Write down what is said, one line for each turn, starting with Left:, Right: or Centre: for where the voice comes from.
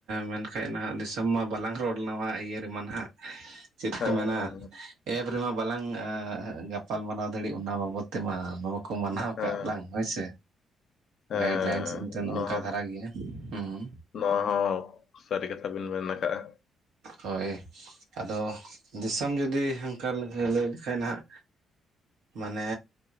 Right: ᱢᱮᱱᱠᱷᱟᱱ ᱱᱟᱦᱟᱜ ᱫᱤᱥᱚᱢ ᱢᱟ ᱵᱟᱞᱟᱝ ᱨᱚᱲ ᱱᱟ ᱤᱭᱟᱹ ᱮᱢᱟ ᱱᱟᱦᱟᱜ ᱪᱮᱫ
Left: ᱦᱮᱸ
Right: ᱠᱚ ᱢᱮᱱᱟ
Left: ᱦᱮᱸ
Right: ᱮᱯ ᱨᱮᱢᱟ ᱵᱟᱞᱟᱝ ᱜᱟᱯᱟᱞ ᱢᱟᱨᱟᱨᱟᱣ ᱫᱟᱲᱮᱜ ᱚᱱᱟ ᱵᱟᱵᱚᱛ ᱛᱮᱢᱟ ᱠᱚ ᱢᱟᱱᱟᱣ
Left: ᱦᱮᱸ
Right: ᱠᱟᱜ ᱞᱟᱝ ᱦᱳᱭᱥᱮ
Left: ᱦᱮᱸ
Right: ᱜᱟᱭᱤᱰ ᱞᱟᱭᱤᱱ ᱱᱚᱝᱠᱟ
Left: ᱱᱚᱣᱟ ᱦᱚᱸ
Right: ᱫᱷᱟᱨᱟ ᱜᱮ ᱦᱮᱸ
Left: ᱱᱚᱣᱟ ᱦᱚᱸ ᱥᱟᱹᱨᱤ ᱠᱟᱛᱷᱟ ᱵᱤᱱ ᱢᱮᱱ ᱟᱠᱟᱜᱼᱟ
Right: ᱦᱳᱭ ᱟᱫᱚ ᱫᱤᱥᱚᱢ ᱡᱩᱫᱤ ᱚᱱᱠᱟ ᱞᱟᱹᱭ ᱞᱮᱠᱷᱟᱡ ᱦᱟᱸᱜ ᱢᱟᱱᱮ